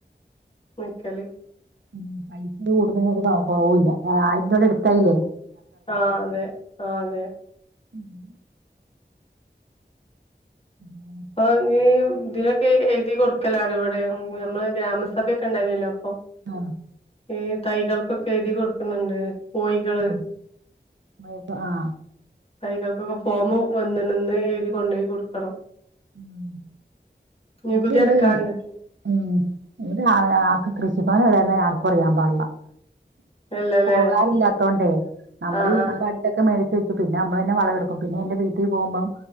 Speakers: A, on the left; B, on the right.
A: നിക്കല്
B: ഉ പൈസ കൂടുന്ന ഒരു കുറവില്ല ആയിരം രൂപയുടെ എടുത്തായില്ലേ
A: <unintelligible>
B: ഉം <unintelligible> ഉ <unintelligible>
A: അപ്പൊ ഇ ഇതിനൊക്കെ എഴുതി കൊടുക്കലാണ് ഇവിടെ നമ്മള് ഗ്രാമസഭയൊക്കെ ഉണ്ടായിുന്നല്ലോ അപ്പൊ
B: ആഹ
A: ഈ തൈകൾക്കൊക്കെ എഴുതി കൊടുക്കുന്നുണ്ട് കോഴികള്
B: ആഹപ്പ ആഹ
A: കൈകൾക്കൊക്കെ ഫോമ വന്ന് നിന്ന് എഴുതി കൊണ്ടപോയി കൊടുക്കണം
B: ഉം
A: നികുതി
B: നമ്മുടെ ഇവിടെ
A: അടക്കാണ്ട്
B: ഉ ഇവിടെ ആ ആക്ക് കൃഷി ചിപ്പനവി തന്നെ ആർക്കും അറിയാൻ പാടില്ല
A: ഇല്ലല്ലേ
B: പോകാറില്ലാത്തോണ്ടേ നമ്മള്
A: ആഹ് ആഹ്
B: ബൊക്കെ മ പിന്നെ നമ്മൾ തന്നെ വളംെടുക്കും പിന്നെ എ വീട്ടിൽ പോകുമ്പം